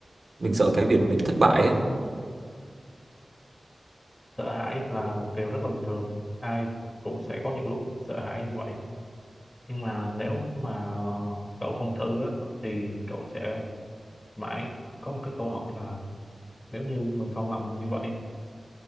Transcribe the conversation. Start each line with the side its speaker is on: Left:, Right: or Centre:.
Right: mình sợ cái việc mà mình thất bại ấy
Left: Sợ hãi là một điều rất là bình thường. Ai cũng sẽ có những lúc sợ hãi như vậy. Nhưng mà nếu mà cậu không thử á, thì cậu sẽ mãi có một cái câu hỏi là nếu như mình không làm như vậy